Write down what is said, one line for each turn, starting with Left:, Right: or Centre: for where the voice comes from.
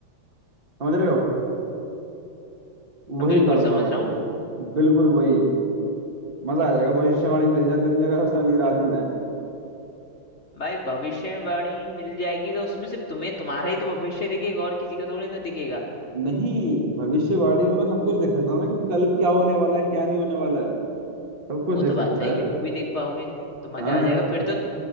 Right: समझ रहे हो
Left: मैं
Right: वही
Left: बिल्कुल
Right: करूंगा
Left: समझ
Right: भाई
Left: रहा
Right: मैं
Left: हूँ
Right: बिल्कुल वही मजा आ जाएगा भविष्यवाणी मिल जाए दुनिया का सबसे अमीर आदमी मैं
Left: भाई भविष्यवाणी मिल जाएगी तो उसमें सिर्फ तुम्हें तुम्हारा ही तो भविष्य दिखेगा और किसी का थोड़ी ना दिखेगा
Right: नहीं भविष्यवाणी में मैं सब कुछ देख सकता हूँ ना कि कल क्या होने वाला है क्या नहीं होने वाला है सब
Left: वो
Right: कुछ देख
Left: तो
Right: सकता
Left: बात सही
Right: है
Left: है वो भी देख पाओगे तो मजा
Right: हाँ
Left: आ जाएगा फिर तो